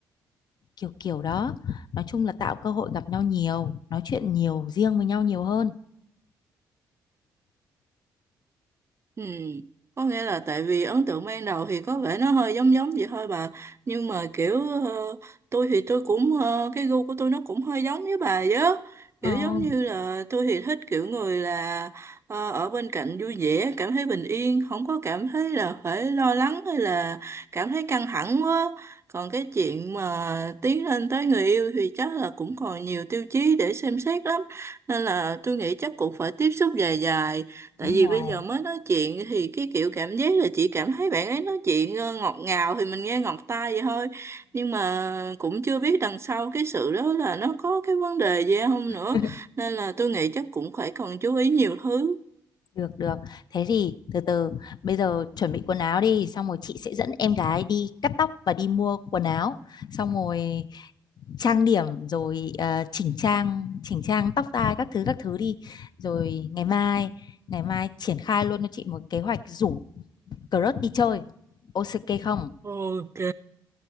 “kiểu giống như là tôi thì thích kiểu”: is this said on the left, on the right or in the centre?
Right